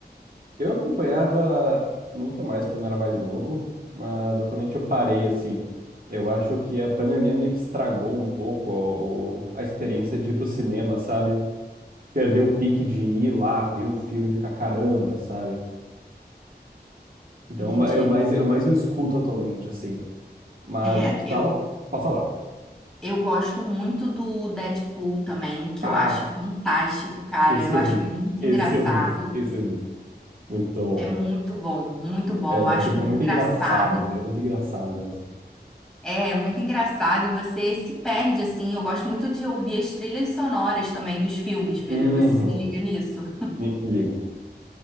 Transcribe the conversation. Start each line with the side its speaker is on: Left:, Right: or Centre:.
Right: Eu acompanhava muito mais quando era mais novo, mas atualmente eu parei, assim. Eu acho que a pandemia meio que estragou um pouco o- o- a, experiência de ir pro cinema, sabe? Perdeu o pique de ir lá, ver o filme, e ficar caramba, sabe? Então,
Centre: Entendi.
Right: ma- eu mais eu, mais eu escuto atualmente, assim. Mas
Centre: É,
Right: a gente
Centre: eu,
Right: tava. Pode falar.
Centre: eu gosto muito do Deadpool também, que
Right: Ah,
Centre: eu acho fantástico, cara.
Right: esse
Centre: Eu
Right: eu
Centre: acho
Right: vi.
Centre: muito
Right: <laughs> Esse
Centre: engraçado.
Right: eu vi. Esse eu vi. Muito bom.
Centre: É muito bom, muito bom.
Right: É
Centre: Eu
Right: muito,
Centre: acho muito
Right: é muito
Centre: engraçado.
Right: engraçado. É muito engraçado mesmo.
Centre: É muito engraçado e você se perde assim. Eu gosto muito de ouvir as trilhas sonoras também dos filmes, Pedro.
Right: Uhum.
Centre: Você se liga nisso?
Right: Me- Ligo.